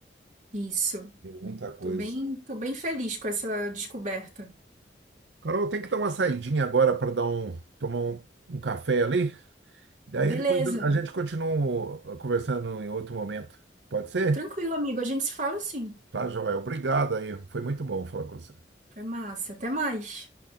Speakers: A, on the right; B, on the right.
A: Isso.
B: Tem muita coisa.
A: Tô bem, tô bem feliz com essa descoberta.
B: Carol, tem que dar uma saidinha agora para dar um, tomar um, um café ali. Daí
A: Beleza.
B: depois a gente continua conversando em outro momento. Pode ser?
A: Tranquilo, amigo. A gente se fala sim.
B: Tá, Joel. Obrigado aí. Foi muito bom falar com você.
A: Foi massa. Até mais.